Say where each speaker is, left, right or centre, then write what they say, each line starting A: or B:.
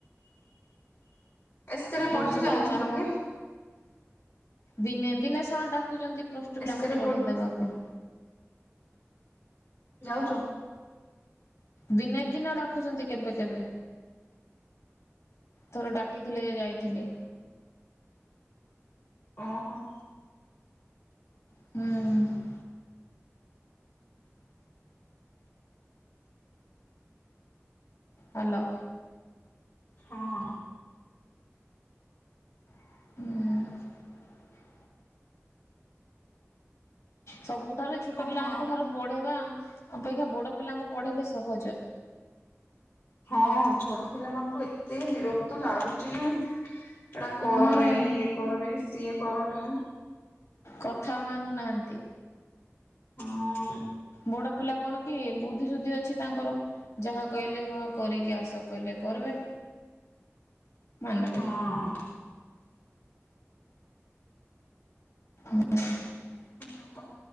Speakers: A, on the left; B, on the left.
A: ଏସ୍କେରେ ପଢି
B: ଏଡ଼ଜୁ
A: ଯାଉଥିଲୁ
B: କଲି ବାହା
A: କି
B: ଦିନେ ଦିନେ ସାର ଡାକୁଛନ୍ତି ପ୍ଲସ୍ ଟୁ
A: ଏସ୍କେରେ
B: ପ୍ଲାଙ୍କୁ ପଢେ଼ଇ
A: ପଢି
B: ଦେବାକୁ।
A: ଯାଉଛୁ।
B: ଦିନେ ଦିନ ଡାକୁଛନ୍ତି କେବେ କେବେ, ଥରଡା କିଥିଲେ ଯାଇଥିଲି।
A: ଓହୋ।
B: ହୁଁ। ହାଲୋ।
A: ହଁ।
B: ହୁଁ। ସବୁଠାରୁ ଛୋଟ
A: କହ
B: ପିଲାମାନଙ୍କ
A: ଆଉ
B: ଠାରୁ
A: କଣ
B: ପଢେ଼ଇବା ଅପେକ୍ଷା ବଡ଼ ପିଲାଙ୍କୁ ପଢେ଼ଇଲେ ସହଜ।
A: ହଁ ଛୋଟ ପିଲାମାନାନଙ୍କୁ ଏତେ ବିରକ୍ତ ଲାଗୁଛି। ଏଟା କରରେ,
B: ହୁଁ
A: ଇଏ କରରେ, ସିଏ କରରେ।
B: କଥା ମାନୁନାହାନ୍ତି।
A: ହଁ।
B: ବଡ଼ ପିଲା କଣ କି ବୁଦ୍ଧି ସୁୁଦ୍ଧି ଅଛି ତାଙ୍କର। ଯାହା କହିଲେ ହଁ କରିକି ଆସ କହିଲେ କରବେ, ମାନବେ।
A: ହଁ।
B: ହୁଁ। <unintelligible>
A: ହଁତ,